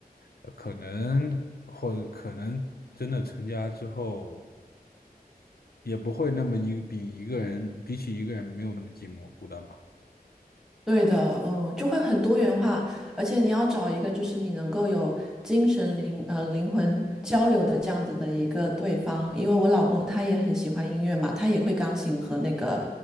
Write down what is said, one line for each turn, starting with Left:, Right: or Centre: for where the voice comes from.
Left: 呃可能或者可能真的成家之后，也不会那么一比一个人比起一个人没有那么寂寞孤单吧。
Centre: 对的，嗯，就会很多元化，而且你要找一个就是你能够有精神灵呃灵魂交流的这样子的一个对方，因为我老公他也很喜欢音乐嘛，他也会钢琴和那个，